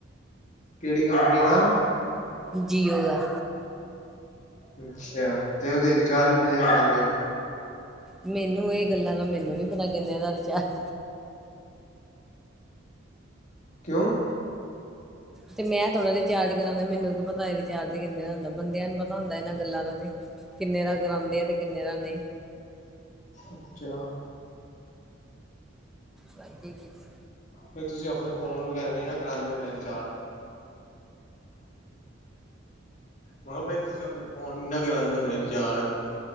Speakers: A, on the left (about 40°); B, in the centre.
A: ਕਿਹੜੀ ਕੰਪਨੀ ਦਾ?
B: ਜੀਓ ਦਾ।
A: ਅੱਛਾ ਤੇ ਉਹਦੇ ਰਿਚਾਰਜ ਕਿੰਨੇ ਦਾ ਕਰਾਂਦੇ ਹੋ?
B: ਮੈਨੂੰ ਇਹ ਗੱਲਾਂ ਦਾ ਮੈਨੂੰ ਨੀ ਪਤਾ ਕਿੰਨੇ ਦਾ ਰੀਚਾਰ-
A: ਕਿਉਂ?
B: ਤੇ ਮੈਂ ਥੋੜਾ ਰਿਚਾਰਜ ਕਰਾਉਦਾ ਮੈਨੂੰ ਕੀ ਪਤਾ ਰਿਚਾਰਜ ਕਿੰਨੇ ਦਾ ਹੁੰਦਾ ਬੰਦਿਆਂ ਨੂੰ ਪਤਾ ਹੁੰਦਾ ਇਹਨਾਂ ਗੱਲਾਂ ਦਾ ਤੇ। ਕਿੰਨੇ ਦਾ ਕਰਾਂਦੇ ਆ ਤੇ ਕਿੰਨੇ ਦਾ ਨਹੀਂ?
A: ਅੱਛਾ।
B: Ninety six.
A: ਫੇਰ ਤੁਸੀਂ ਆਪਣੇ ਫੋਨ ਵਗੈਰਾ ਨਹੀਂ ਨਾ ਕਰਾਉਂਦੇ ਹੋਣੇ ਰਿਚਾਰਜ? ਹੁਨ ਫੇਰ ਤੁਸੀਂ ਆਪਣਾ ਫੋਨ ਨਾ ਕਰਾਉਂਦੇ ਹੋਣੇ ਰਿਚਾਰਜ?